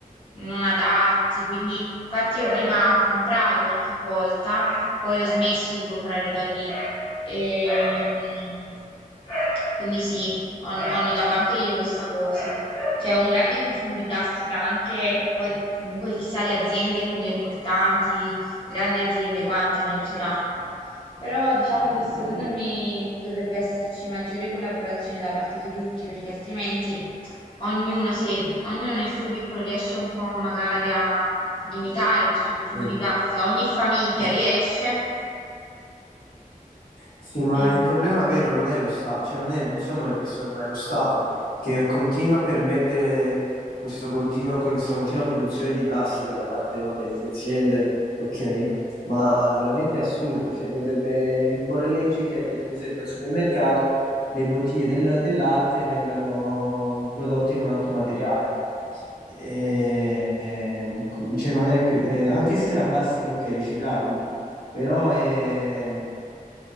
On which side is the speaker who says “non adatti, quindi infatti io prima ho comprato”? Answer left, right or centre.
Left